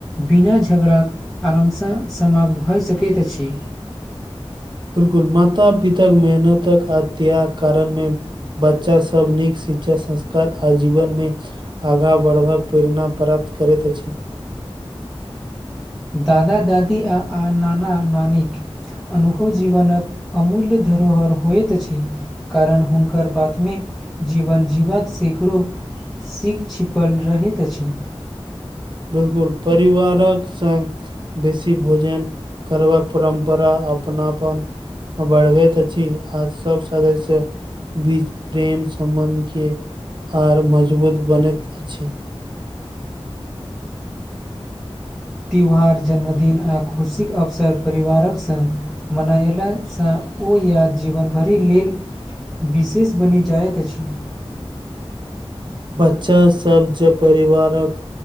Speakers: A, in the centre; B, on the right.
A: बिना झगड़ाके आरमसँ समाप्त भऽ सकैत अछि।
B: बिलकुल माता पिता के मेहनतक आ त्याग कारण मे बच्चा सब नीक शिक्षा संस्कार आ जीवनमे आगाँ बढ़बक प्रेरणा प्राप्त करैत अछि।
A: दादा दादी आ आ नाना नानिक अनुभव जीवनक अमूल्य धरोहर होइत अछि। कारण हुनकर बातमे जीवन जीवाक सैकड़ो सीख छिपल रहैत अछि।
B: बिल्कुल परिवारक सङ्ग देसी भोजन करबाक परम्परा अपनापन बढ़बेत अछि आ सब सदस्य बीच प्रेम सम्बन्ध के आर मजबूत बनैत अछि।
A: त्यौहार जन्मदिन आ खुशीक अवसर परिवारक सङ्ग मनयलासँ ओ या जीवनभरि लेल विशेष बनि जाइत अछि।
B: बच्चा सभ जे परिवारक।